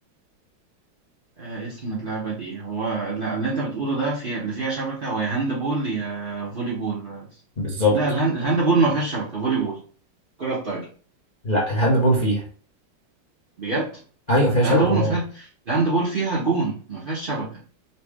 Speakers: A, on the right; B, on the left.
A: آه اسم اللعبه دي إيه؟ هو لا اللي انت بتقوله ده في اللي فيها شبكه هو يا هاند بول يا فولي بول
B: بالظبط
A: لا الهاند, الهاند بول ما فيهاش شبكه فولي بول كره طايره
B: لا الهاندبول فيها
A: بجد
B: ايوه فيها شبكه
A: الهاند بول ما
B: طبعا
A: فيها الهاند بول فيها جون ما فيهاش شبكه